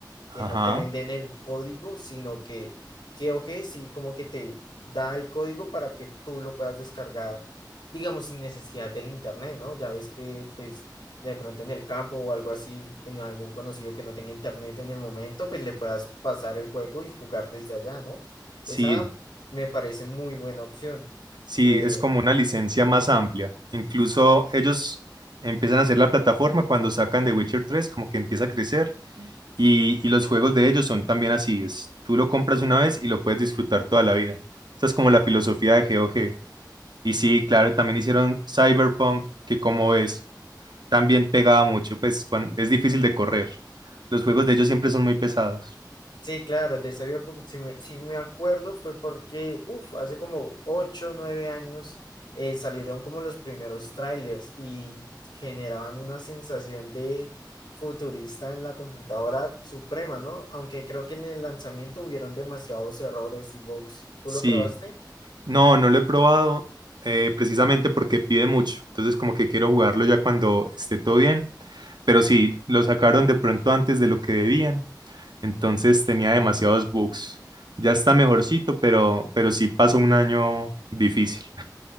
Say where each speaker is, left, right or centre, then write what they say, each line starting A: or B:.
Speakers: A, on the left (about 80°); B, on the right (about 70°).
A: que
B: ajá,
A: no te venden el código, sino que GeoG sí como que te da el código para que tú lo puedas descargar, digamos, sin necesidad del internet, ¿no? Ya ves que pues de pronto en el campo o algo así, en algún conocido que no tenga internet en el momento, pues le puedas pasar el juego y jugar desde allá, ¿no?
B: sí,
A: Esa me parece muy buena opción.
B: sí,
A: Eh,
B: es como una licencia más amplia. Incluso ellos empiezan a hacer la plataforma cuando sacan The Witcher tres como que empieza a crecer Y, y los juegos de ellos son también así, es, tú lo compras una vez y lo puedes disfrutar toda la vida. Esa es como la filosofía de GOG. Y sí, claro, también hicieron Cyberpunk, que como ves, también pegaba mucho, pues cuan- es difícil de correr. Los juegos de ellos siempre son muy pesados.
A: Sí, claro, de esa vida, pues, si me, si me acuerdo fue porque, uff, hace como 8 9 años eh, salieron como los primeros trailers y generaban una sensación de futurista en la computadora suprema, ¿no? Aunque creo que en el lanzamiento hubieron demasiados errores y bugs. ¿Tú
B: Sí,
A: lo probaste?
B: no, no lo he probado eh, precisamente porque pide mucho. Entonces como que quiero jugarlo ya cuando esté todo bien. Pero sí, lo sacaron de pronto antes de lo que debían. Entonces tenía demasiados bugs. Ya está mejorcito, pero, pero sí pasó un año difícil.